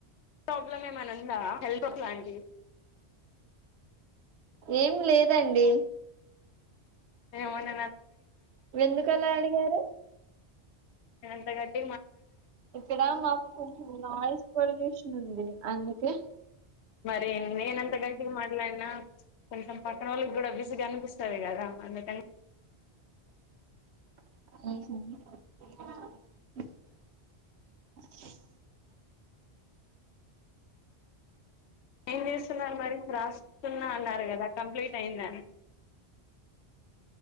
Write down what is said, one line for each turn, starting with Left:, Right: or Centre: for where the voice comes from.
Left: ప్రాబ్లమ్ ఏమని ఉందా హెల్త్క్ లాంటి
Right: ఏం లేదండి
Left: <unintelligible>
Right: ఎందుకలా అడిగారు
Left: ఏంత గట్
Right: ఇక్కడ మాకు కొంచెం నాయిస్ పొల్యూషన్ ఉంది అందుకే
Left: మరి నేనంత గట్టికి మాట్లాడినా కొంచెం పక్కన వాళ్ళకి కూడా బజగా అనిపిస్తుది కదా అందుకనీ
Right: అ
Left: ఏం చేస్తున్నారు మరి రారాస్తున్నా అన్నారు కదా కంప్లీట్ అయిందని